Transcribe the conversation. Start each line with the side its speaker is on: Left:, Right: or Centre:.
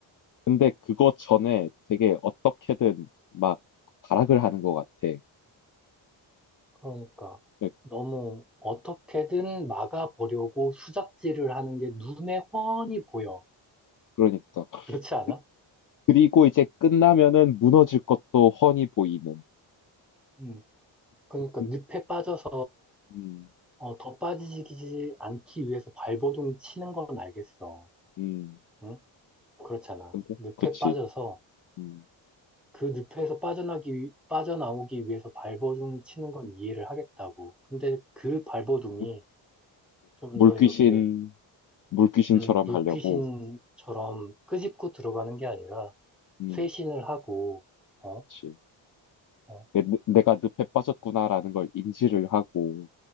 Left: 근데 그거 전에 되게 어떻게든 막 발악을 하는 것 같아.
Centre: 그러니까
Left: 그-
Centre: 너무 어떻게든 막아보려고 수작질을 하는 게 눈에 훤히 보여.
Left: 그러니까.
Centre: 그렇지 않아?
Left: 그- 그리고 이제 끝나면은 무너질 것도 훤히 보이는.
Centre: 음. 그러니까
Left: 음,
Centre: 늪에 빠져서
Left: 음,
Centre: 어, 더 빠지지 않기 위해서 발버둥 치는 건 알겠어.
Left: 음.
Centre: 응? 그렇잖아.
Left: 근데,
Centre: 늪에
Left: 그치.
Centre: 빠져서
Left: 음.
Centre: 그 늪에서 빠져나기, 위- 빠져나오기 위해서 발버둥 치는 건 이해를 하겠다고. 근데 그 발버둥이
Left: 음.
Centre: 좀
Left: 물귀신,
Centre: 더 이렇게
Left: 물귀신처럼
Centre: 음, 물귀신처럼
Left: 하려고.
Centre: 끄집고 들어가는 게 아니라
Left: 음,
Centre: 쇄신을 하고, 어,
Left: 그치.
Centre: 어,
Left: 내, 내가 늪에 빠졌구나라는 걸 인지를 하고,